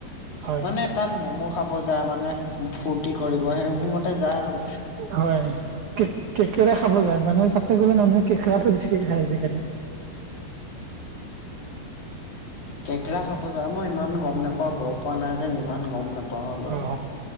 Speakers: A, on the right; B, on the left.
A: হয়
B: মানে তাত ম'ম' খাব যায় মানে ফূৰ্তি কৰিব সেইবুমতে যায় আৰু
A: হয় কে কেকেৰা খাব যায় মানে তাতে গ'লে মানুহে কেকেৰাটো বেছিকে খাই আজি কালি
B: কেঁকৰা খাব যা মই ইমান গম নাপাও গ পোৱা নাই যে ইমান গম নাপ পাহলো
A: অ